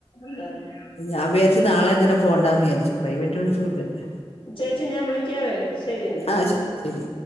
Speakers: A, on the left (about 60°); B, on the left (about 85°).
A: അതാണ്
B: ഞാൻ വിചാരിച്ച് നാളെയന്നേരം പോണ്ടാന്ന് വിചാരിച്ചു പ്രൈവറ്റ് ബസ്സും ഇല്ലല്ലോ?
A: ചേച്ചി ഞാൻ വിളിക്കാവേ ശരിയെന്നാ
B: ആഹ് ശരി ശരി